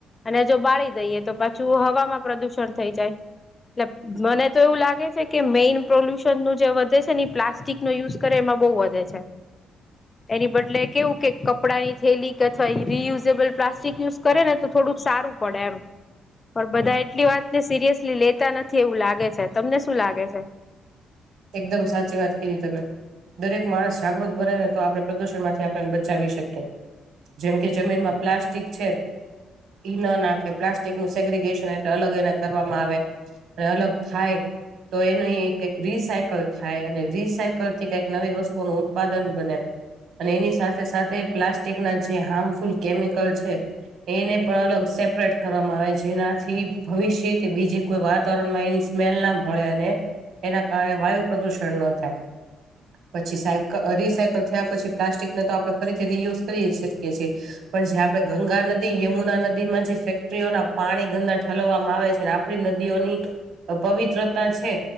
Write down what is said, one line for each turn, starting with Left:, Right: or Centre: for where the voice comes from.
Left: અને જો બાળી દઈએ તો પાછું હવામાં પ્રદુષણ થઈ જાય એટલે મને તો એવું લાગે છે કે મેઈન પ્રોલ્યુશન નું જે વધે છે ને પ્લાસ્ટિક નો યુઝ કરે એમાં બહુ વધે છે. એની બદલે કેવું કે કપડાંની થેલી કે અથવા રિયુઝેબલ પ્લાસ્ટિક યુઝ કરે ને તો થોડુંક સારું પડે એમ પણ બધા એટલી વાતને સિરિયસલી લેતા નથી એવું લાગે છે. તમને શું લાગે છે?
Right: એકદમ સાચી વાત કીધી તમે દરેક માણસ જાગૃત બને ને તો આપડે પ્રદુષણ માંથી પણ બચાવી શકે જેમ કે જમીનમાં પ્લાસ્ટિક છે. ઈ ના નાખે પ્લાસ્ટિક નું સેગ્રીગેશન એટલે અલગ એના કરવામાં આવે અને અલગ થાય તો એનું રિસાઈ કલ થાય અને રીસાયકલ થી કઈક નવી વસ્તુઓ નું ઉત્પાદન બને. અને એની સાથે સાથે પ્લાસ્ટિક ના જે હાર્મફુલ કેમિકલ છે એને પણ અલગ સેપરેટ કરવામાં આવે જેનાથી ભવિષ્યથી બીજી કોઈ વાતાવરણમાં એની સ્મેલ ના ભળે અને એના કારણે વાયુ પ્રદુષણ ના થાય. પછી સાયક અહ રીસાયકલ થયા પછી પ્લાસ્ટિકને તો આપડણે ફરીથી રીયુઝ કરી શકીએ છીએ. પણ જે આપડે ગંગા નદી યમુના નદીમાં જે ફેક્ટરીઓના પાણી ગંદા ઠલવવામાં આવે છે ને આપ પણી નદીઓની પવિત્રતા છે